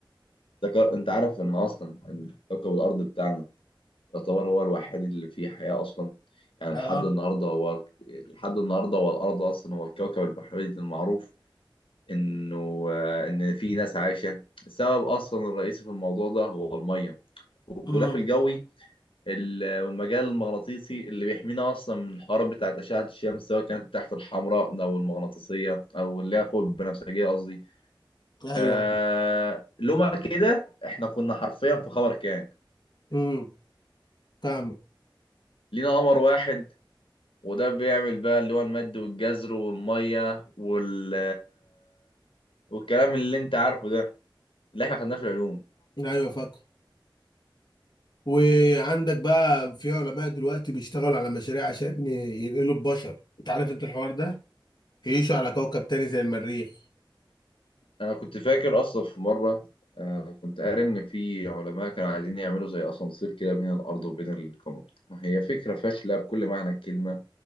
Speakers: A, on the left (about 85°); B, on the left (about 55°).
A: ده كار- أنت عارف إن أصلا إن كوكب الأرض بتاعنا يعتبر هو الوحيد اللي فيه حياة أصلا يعني لحد
B: اه
A: النهاردة هو لحد النهاردة هو الأرض أصلا هو الكوكب البحري المعروف إنه آه، إن فيه ناس عايشة السبب أصلا الرئيسي في الموضوع ده هو المية والغلاف
B: امم
A: الجوي ال- والمجال المغناطيسي اللي بيحمينا أصلا من الحرارة بتاعت أشعة الشمس سواء كانت تحت الحمراء أو المغناطيسية أو اللي هي فوق البنفسجية قصدي
B: ايوه
A: آه لما كده إحنا كنا حرفيا في خبر كان
B: امم فاهمك
A: لينا قمر واحد وده بيعمل بقى اللي هو المد والجزر والمية وال والكلام اللي انت عارفه ده اللي احنا خدناه في العلوم
B: مم. ايوه فاكر وعندك بقى في علماء دلوقتي بيشتغلوا على مشاريع عشان ينقلوا البشر انت عارف انت الحوار ده يعيشوا على كوكب تاني زي المريخ
A: انا كنت فاكر اصلا في مرة آه، كنت قاري ان في علماء كانوا عايزين يعملوا زي اسانسير كده بين الارض وبين القمر هي فكرة فاشلة بكل معنى الكلمة